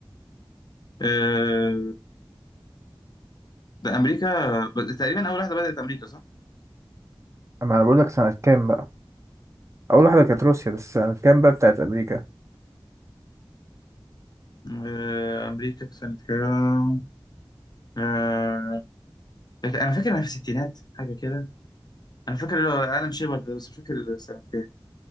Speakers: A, on the left (about 50°); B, on the right (about 35°).
A: أه... ده امريكا ب- تقريبا اول واحده بدات امريكا صح
B: اما انا بقول لك سنه كام بقى اول واحده كانت روسيا بس سنه كام بقى بتاعت امريكا
A: آه، امريكا في سنه كام آه، انا فاكر انها في الستينات حاجه كده انا فاكر اللي هو الان شيبرد ده بس مش فاكر سنه كام